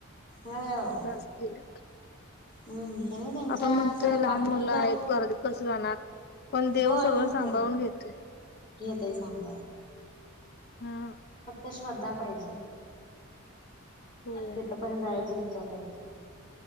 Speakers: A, on the left; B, on the left.
A: हो
B: एकदा अस गेल्यावर
A: हम्म त्यांनी त्यांच्या
B: आपण म्हणतोय
A: असं
B: लहान
A: बाटलीतलं
B: मुलं आहेत घरात कस जाणार पण देव
A: होय
B: सगळं
A: म्हणतय
B: सांभाळून घेतोय
A: घेतय सांभाळून
B: हा
A: फक्त श्रद्धा पाहिजे
B: होय.
A: तिथ पण जायची इच्छा पाहिजे.